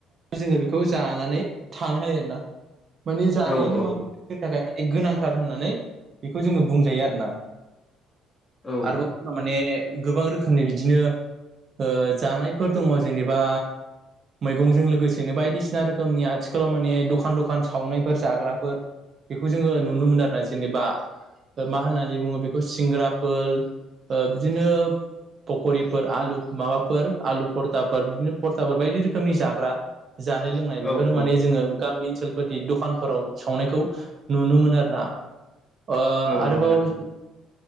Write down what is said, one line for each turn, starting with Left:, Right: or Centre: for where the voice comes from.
Right: जोङो बेखौ जानानै थानो हायो आरो ना माने जानायानो
Left: औ औ
Right: मा जोंनि थाखाय माने गोनांथार होननानै बेखौ जोङो बुंजायो आरोना
Left: औ
Right: आरोबाव माने गोबां रोखोमनि बिदिनो ओ जानायफोर दङ जेनेबा मैगंजों लोगोसेनो बायदिसिना रोखोमनि आथिखालाव माने दखान दखान सावनायफोर जाग्राफोर बेखौ जोङो नुनो मोनो आरो ना जेनेबा मा होननानै बुङो बेखौ सिंग्राफोर बिदिनो पकरिफोर आलु माबाफोर आलु फरथाफोर बिदिनो फरथाफोर बायदि रोखोमनि जाग्रा जानाय लोंनाय बेफोरो
Left: औ औ
Right: माने जोङो गामि ओनसोल बादि दखानफोराव सावनायखौ नुनो मोनो आरो ना। ओ
Left: औ
Right: आरोबाव
Left: नंगौ नोंथां